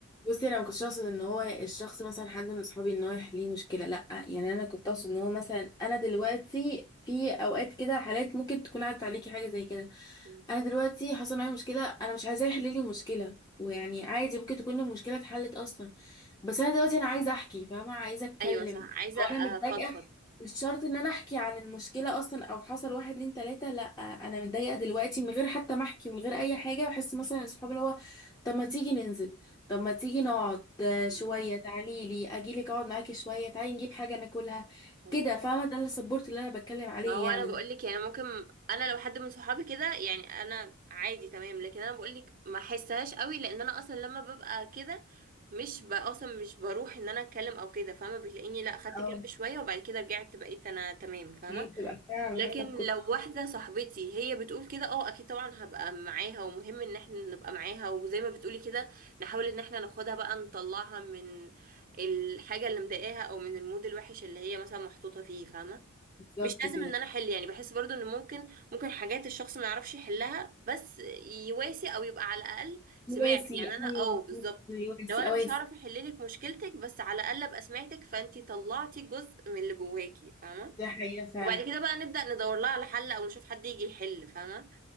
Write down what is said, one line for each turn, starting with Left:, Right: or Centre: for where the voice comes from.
Left: بصي انا ما كنتش اقصد ان هو الشخص مثلا حد من اصحابي ان هو يحليه مشكله لا يعني انا كنت اقصد ان هو مثلا انا دلوقتي في اوقات كده حالات ممكن تكون عدت عليكي حاجه زي كده
Right: مم.
Left: انا دلوقتي حصل معايا مشكله انا مش عايزاه يحل لي المشكله ويعني عادي ممكن تكون المشكله اتحلت اصلا بس انا دلوقتي انا عايزه احكي فاهمه عايزه اتكلم
Right: أيوة صح عايزة
Left: او
Right: أفضفض
Left: انا متضايقه مش شرط ان انا احكي عن المشكله اصلا او حصل واحد اتنين تلاته لا انا متضايقه دلوقتي من غير حتى ما احكي من غير اي حاجه بحس مثلا اصحابي اللي هو طب ما تيجي ننزل طب ما تيجي نقعد آه،
Right: مم.
Left: شوية تعالي لي أجيلك أقعد معاكي شوية تعالي نجيب حاجة ناكلها
Right: أيوة
Left: كده فاهمة ده السبورت اللي أنا بتكلم عليه
Right: ما هو
Left: يعني
Right: انا بقول لك يعني ممكن انا لو حد من صحابي كده يعني انا عادي تمام لكن انا بقول لك ما احسهاش قوي لان انا اصلا لما ببقى كده مش ب- اصلا مش بروح ان انا اتكلم او كده فاهمه بتلاقيني لا خدت
Left: اه
Right: جنب شويه وبعد كده رجعت بقيت انا تمام فاهمه
Left: دي بتبقى فعلا على
Right: لكن
Left: حسب كل
Right: لو
Left: شخص
Right: واحده صاحبتي هي بتقول كده اه اكيد طبعا هبقى معاها ومهم ان احنا نبقى معاها وزي ما بتقولي كده نحاول ان احنا ناخدها بقى نطلعها من الحاجه اللي مضايقاها او من المود الوحش اللي هي مثلا محطوطه فيه فاهمه
Left: بالظبط
Right: مش لازم
Left: كده
Right: ان انا احل يعني بحس برضو ان ممكن ممكن حاجات الشخص ما يعرفش يحلها بس يواسي او يبقى على الاقل سمعت
Left: واسي
Right: يعني انا
Left: أيوة
Right: اه بالظبط
Left: صح، واسي
Right: لو انا
Left: أواسي
Right: مش هعرف احل لك مشكلتك بس على الاقل ابقى سمعتك فانتي طلعتي جزء من اللي جواكي فاهمه
Left: دي حقيقة فعلا
Right: وبعد كده بقى نبدا ندور لها على حل او نشوف حد يجي يحل فاهمه